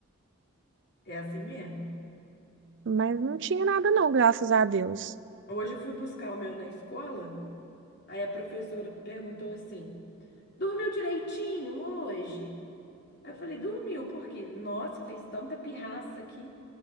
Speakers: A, on the left; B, on the right.
A: É assim mesmo.
B: Mas não tinha nada não, graças a Deus.
A: Hoje eu fui buscar o meu na escola, aí a professora perguntou assim: dormiu direitinho hoje? Aí eu falei: dormiu, por quê? Nossa, fez tanta pirraça aqui.